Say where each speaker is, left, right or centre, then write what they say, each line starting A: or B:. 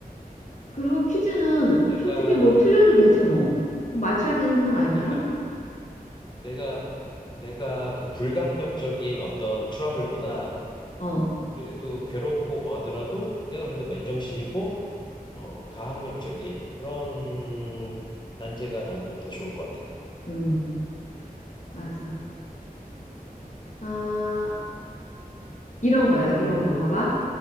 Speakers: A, on the left; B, on the left.
A: 그리고 퀴즈는
B: 내가
A: 솔직히 뭐 틀려도 되지
B: 어,
A: 뭐. 꼭 맞춰야 되는 건 아니잖아?
B: 그러니까 내가 내가 그 불강력적인 어떤 트러블보다
A: 어,
B: 그래도 괴롭고 뭐 하더라도 내가 그래도 맨정신이고 어 가학력적인 그런 난제가 나는 더 좋을 것 같아.
A: 음, 맞아.
B: 음,
A: 아, 이런 거야, 이런 거 봐봐.